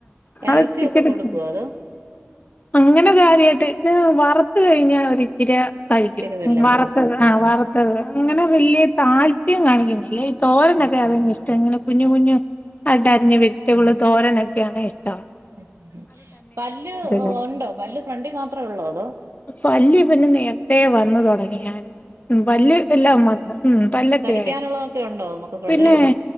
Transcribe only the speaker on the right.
ഇറച്ചിയൊക്കെ
കൊടുക്കുവോ
അതോ
ഇച്ചിരി വല്ലോം
കൊടുക്കും
ആഹ്
ഉം പല്ല്
ഒണ്ടോ പല്ല് ഫ്രണ്ടി മാത്രമേ ഒള്ളോ അതോ
കടിക്കാനുള്ളതൊക്കെ
ഉണ്ടോ നമുക്ക് ഫ്രണ്ടിലിട്ട്